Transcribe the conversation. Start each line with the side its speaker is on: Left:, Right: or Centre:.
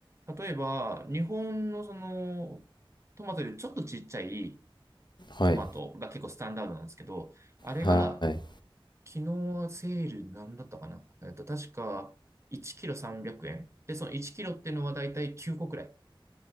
Right: 例えば、日本のその、トマトよりちょっとちっちゃい
Left: はい、
Right: トマトが結構スタンダードなんですけど、あれが、
Left: はい。
Right: 昨日はセールなんだったかなえっと、確か1キロ300円。で、その1キロっていうのはだいたい9個くらい。